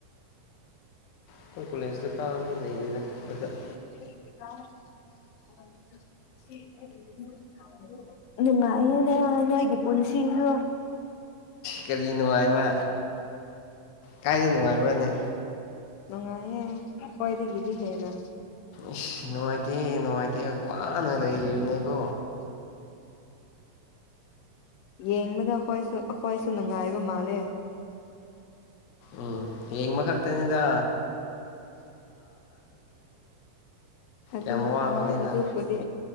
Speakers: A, on the left; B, on the left.
A: ꯑꯩꯈꯣꯏ ꯀꯣꯂꯦꯖꯇ ꯀꯥꯕ ꯃꯤ ꯂꯩꯇꯦꯗ <unintelligible>
B: <unintelligible> ꯅꯨꯡꯉꯥꯏꯌꯦꯅꯦ ꯅꯣꯏꯒꯤ ꯄꯨꯟꯁꯤꯁꯨ
A: ꯀꯔꯤ ꯅꯨꯡꯉꯥꯏꯕ ꯀꯥꯏꯗ ꯅꯨꯡꯉꯥꯏꯕ꯭ꯔꯥꯅꯦ
B: ꯅꯨꯡꯉꯥꯏꯌꯦ ꯑꯩꯈꯣꯏꯗꯒꯤꯗꯤ ꯍꯦꯟꯅ
A: ꯏꯁ ꯅꯨꯡꯉꯥꯏꯇꯦ ꯅꯨꯡꯉꯥꯏꯇꯦ ꯋꯥꯅ ꯂꯩꯔꯤꯕꯅꯦꯀꯣ
B: <inaudible> ꯌꯦꯡꯕꯗ ꯑꯩꯈꯣꯏꯁꯨ ꯑꯩꯈꯣꯏꯁꯨ ꯅꯨꯡꯉꯥꯏꯕ ꯃꯥꯜꯂꯦ
A: ꯎꯝ ꯌꯦꯡꯕ ꯈꯛꯇꯅꯦꯗ
B: ꯑꯗꯨ
A: ꯌꯥꯝ ꯋꯥꯕꯅꯤꯗ
B: ꯍꯣꯏ ꯑꯗꯨꯕꯨꯗꯤ